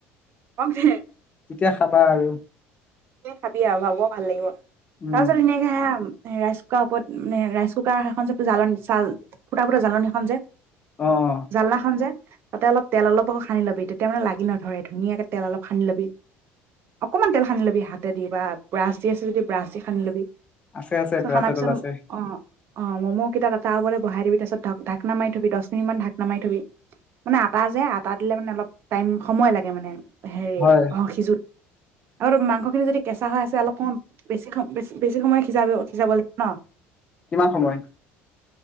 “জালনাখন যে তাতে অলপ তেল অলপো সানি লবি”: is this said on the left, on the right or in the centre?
Right